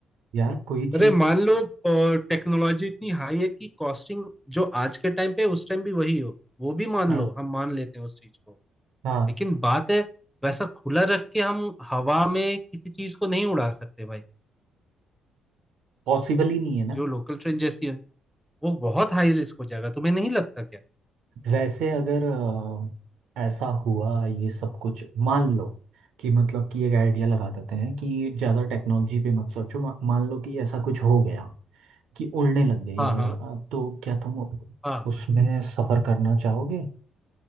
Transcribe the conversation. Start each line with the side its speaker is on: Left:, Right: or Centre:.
Right: यार कोई चीज़
Centre: अरे मान लो टेक्नोलॉजी इतनी हाई है कि कॉस्टिंग जो आज के टाइम पे है, उस टाइम भी वही हो वो भी मान
Right: हाँ
Centre: लो हम मान लेते हैं उस चीज को
Right: हाँ
Centre: लेकिन बात है वैसा खुला रख के हम हवा में किसी चीज को नहीं उड़ा सकते भाई
Right: पॉसिबल ही नहीं है ना
Centre: जो लोकल ट्रेन जैसी है वो बहुत हाई रिस्क हो जाएगा तुम्हें नहीं लगता क्या
Right: वैसे अगर अ, ऐसा हुआ ये सब कुछ मान लो कि मतलब कि एक आइडिया लगा देते हैं कि ज़्यादा टेक्नोलॉजी पे मत सोचो मा- मान लो कि ऐसा कुछ हो गया कि उड़ने लग गई
Centre: हाँ
Right: और
Centre: हाँ
Right: अ, तो क्या तुम
Centre: हाँ
Right: उसमें सफ़र करना चाहोगे